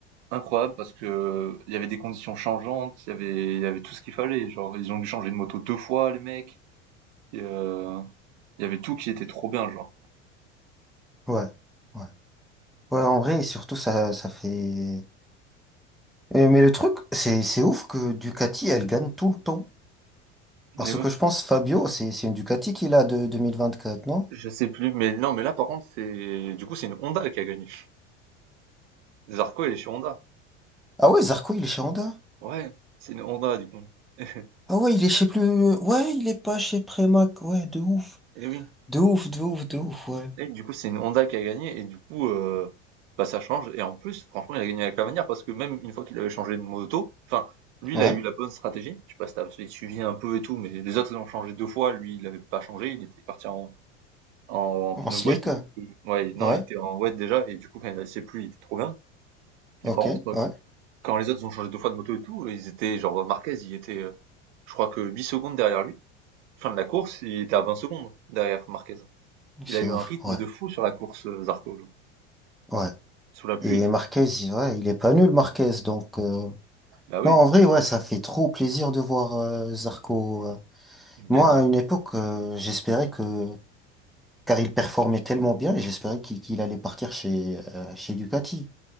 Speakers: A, on the right; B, in the centre.
A: incroyable parce que euh, il y avait des conditions changeantes, il y avait il y avait tout ce qu'il fallait. Genre, ils ont dû changer de moto deux fois, les mecs. Et, euh, il y avait tout qui était trop bien, genre.
B: ouais, ouais. Ouais, en vrai, et surtout, ça, ça fait... Euh, Mais le truc, c'est, c'est ouf que Ducati, elle gagne tout le temps. Parce
A: Et
B: que je pense Fabio, c'est c'est une Ducati qu'il a de 2024, non?
A: Je sais plus, mais non, mais là, par contre, c'est, du coup, c'est une Honda qui a gagné. Zarco, elle est sur Honda.
B: Ah ouais, Zarco, il est chez Honda.
A: Ouais, c'est une Honda, du coup. <laughs>
B: Ah ouais, il est chez plus. Ouais, il est pas chez Premac. Ouais, de ouf.
A: Et oui.
B: De ouf, de ouf, de ouf, ouais.
A: Et du coup, c'est une Honda qui a gagné, et du coup, euh, bah, ça change. Et en plus, franchement, il a gagné avec la manière, parce que même une fois qu'il avait changé de moto, enfin, lui, il
B: Ouais,
A: a eu la bonne stratégie. Je sais pas si t'as si tu suivi un peu et tout, mais les autres, ils ont changé deux fois. Lui, il l'avait pas changé. Il était parti en, en,
B: en
A: pneu
B: slick.
A: wet. Ouais, non,
B: Ouais,
A: il était en wet déjà, et du coup, quand il a laissé plus, il était trop bien.
B: ok,
A: Mais par contre,
B: ouais.
A: Quand les autres ont changé 2 fois de moto et tout, ils étaient genre Marquez, il était, heu, je crois que 8 secondes derrière lui. Fin de la course, il était à 20 secondes derrière Marquez. Il
B: C'est
A: a eu
B: ouf,
A: un rythme
B: ouais,
A: de fou sur la course, heu, Zarco, genre.
B: ouais.
A: Sous la pluie,
B: Et
A: il est
B: Marquez, il- ouais, il est pas nul, Marquez. Donc, euh,
A: Bah oui,
B: non, en vrai, ouais, ça fait trop plaisir de voir euh, Zarco. euh.
A: il
B: Moi,
A: gagnait.
B: à une époque, euh, j'espérais que. Car il performait tellement bien, et j'espérais qu'il qu'il allait partir chez, euh, chez Ducati.